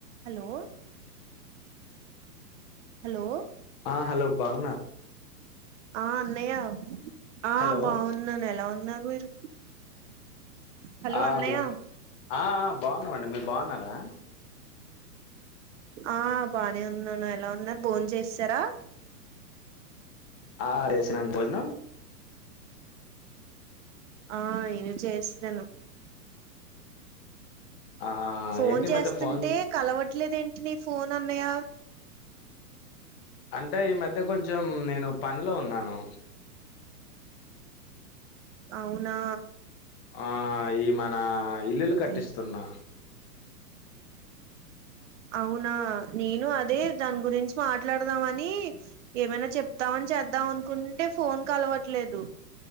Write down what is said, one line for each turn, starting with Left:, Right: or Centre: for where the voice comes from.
Right: Hello hello
Left: ఆ hello భగునా
Right: ఆ అన్నయ్య ఆ
Left: హలో
Right: బాగున్నాను ఎలా ఉన్నారు మీరు హలో
Left: ఆను
Right: అన్నయ్య
Left: ఆ అ బాగున్నామండి మీరు బాగున్నారా
Right: ఆ బానే ఉన్నాను ఎలా ఉన్నారు భోన్ చేస్తారా
Left: ఆ చేసినండి భోజనం
Right: ఆ నేను చేస్సేను
Left: ఆ
Right: ఫోన్
Left: ఏంటి ఈ
Right: చేస్తుంటే
Left: మధ్య ఫోన్
Right: కలవట్లేద ఏంటి నీ ఫోన్ అన్నాయా
Left: అంటే ఈ మధ్య కొంచెం నేను పనిలో ఉన్నాను
Right: అవునా
Left: ఆ ఈ మన ఇల్లులు
Right: అదే
Left: కట్టిస్తున్నా
Right: అవునా నేను అదే దాని గురించి మాట్లాడదామ అని ఏమైనా చెప్తామని చే వద్దాం అనుకుంటే ఫోన్ కలవట్లేదు